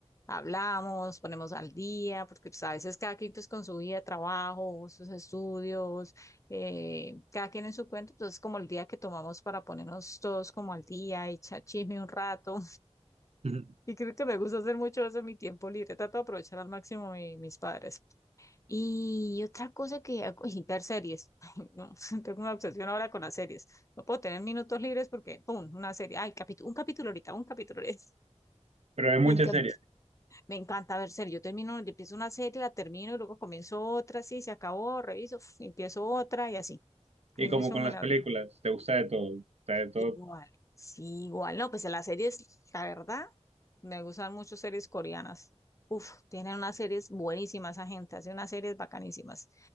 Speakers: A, on the left; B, on the right.
A: Hablamos, ponemos al día, porque pues, a veces cada quien pues, con su vida, trabajo, sus estudios, eh, cada quien en su cuento. Entonces, como el día que tomamos para ponernos todos como al día, echar chisme un rato.
B: <laughs> Ujú.
A: Y creo que me gusta hacer mucho eso en mi tiempo libre. Trato de aprovechar al máximo mi- mis padres. Y otra cosa que hago, <laughs> y ver series. <laughs> Ay, No, <laughs> tengo una obsesión ahora con las series. No puedo tener minutos libres porque, ¡pum! Una serie. Ay, capítulo, un capítulo ahorita, un capítulo ahorita. <laughs>
B: Pero hay muchas
A: Me encanta,
B: series.
A: me encanta ver series. Yo termino, yo empiezo una serie, la termino y luego comienzo otra, sí, se acabó, reviso, uf, empiezo otra y así.
B: Y
A: En
B: como
A: eso
B: con
A: me
B: las
A: la
B: películas,
A: vio.
B: te gusta de todo. te gusta de todo.
A: Igual, sí, igual. No, pues las series, la verdad, me gustan mucho series coreanas. Uf, tienen unas series buenísimas, esa gente, hace unas series bacanísimas,